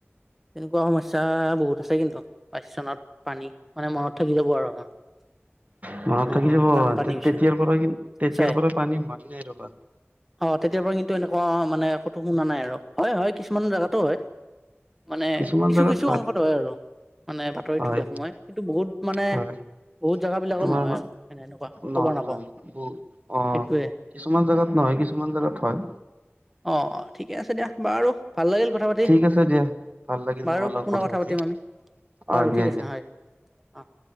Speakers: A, in the centre; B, on the right (about 35°).
A: তেনেকুৱা সমস্যা বহুত আছে কিন্তু পচনত পানী মানে মনত থাকি যাব আৰু আমাৰ <unintelligible>
B: ঘৰত
A: অ',
B: থাকি যাব
A: ইমান পানী হৈছিল
B: তেতিয়াৰ পৰা কি তেতিয়াৰ
A: সঁচাই
B: পৰা পানী হোোৱাক নাই ৰবা
A: অ', তেতিয়াৰ পৰা কিন্তু এনেকুৱা মানে শুনা নাই আৰু হয় হয় কিছুমান জোগাতো হয় মানে
B: কিছুমান
A: কিছু
B: জেগাত
A: কিছু অংকত হয় আৰু মানে বাতৰিতো
B: হয়,
A: দেো মাই কিন্তু বহুত মানে
B: হয়,
A: বহুত জোগা বিলাকত
B: তোমাৰ
A: নহয় আৰু এনে এনেকুৱা খবৰ
B: নহয়,
A: নাপাও
B: নহয় বহুত অ',
A: সটোৱে
B: কিছুমান জেগাত নহয় কিছুমান জেগাত হয়
A: অ', ঠিকে আছে দিয়া বাৰু ভাল লাগিল কথা পাতি
B: ঠিক আছে দিয়া ভাল লাগিল
A: বাৰু
B: তোমাৰ লগত
A: কোনৰ কথা
B: পাতি।
A: পাতিম আমি
B: অ
A: বাৰু
B: দিয়া
A: ঠিক আছে
B: দিয়া
A: হয় অ',